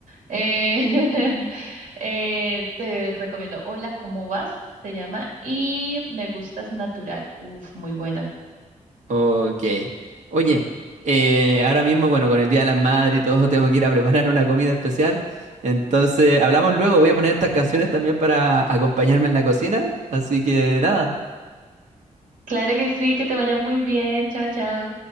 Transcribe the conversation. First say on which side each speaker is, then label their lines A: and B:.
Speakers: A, on the right; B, on the right.
A: Eh, <laughs> eh, te recomiendo Hola, ¿cómo vas? Se llama y Me gustas natural. Uf, muy buena.
B: Ok. Oye, eh, ahora mismo, bueno, con el Día de las Madres y todo, <laughs> tengo que ir a preparar una comida especial. Entonces, hablamos luego. Voy a poner estas canciones también para acompañarme en la cocina. Así que nada.
A: Claro que sí, que te vaya muy bien. Chao, chao.